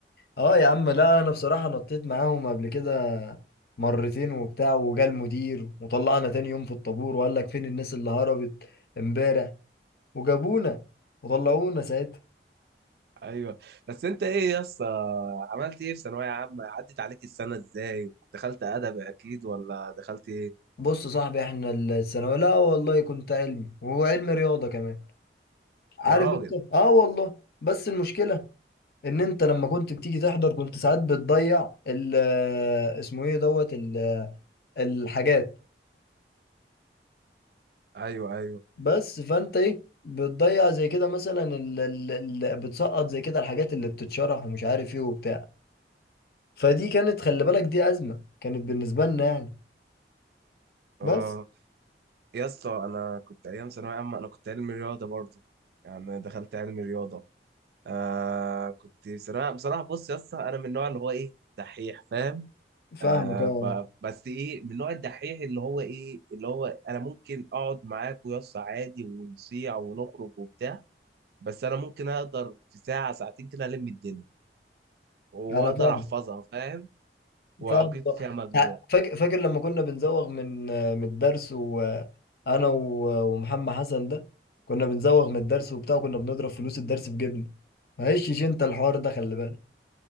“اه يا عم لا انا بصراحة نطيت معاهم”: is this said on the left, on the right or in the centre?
Left